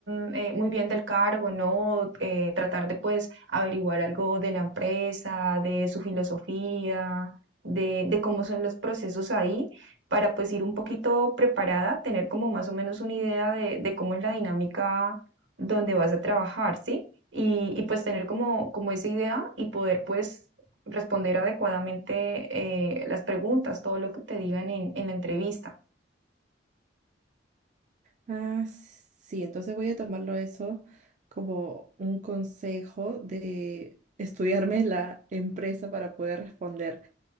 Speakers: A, on the right (about 75°); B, on the right (about 40°).
A: mm, eh, muy bien del cargo, ¿no? Eh, tratar de pues averiguar algo de la empresa, de su filosofía, de, de cómo son los procesos ahí, para pues ir un poquito preparada, tener como más o menos una idea de, de cómo es la dinámica donde vas a trabajar, ¿sí? Y, y pues tener como, como esa idea y poder pues responder adecuadamente eh, las preguntas, todo lo que te digan en, en la entrevista.
B: Ah, sí, entonces voy a tomarlo eso como un consejo de estudiarme la empresa para poder responder.